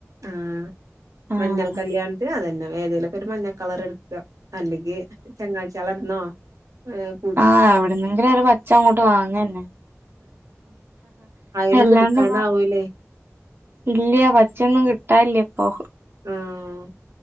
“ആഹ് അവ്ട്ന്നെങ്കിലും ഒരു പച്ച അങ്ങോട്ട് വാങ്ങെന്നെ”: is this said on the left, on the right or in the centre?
Right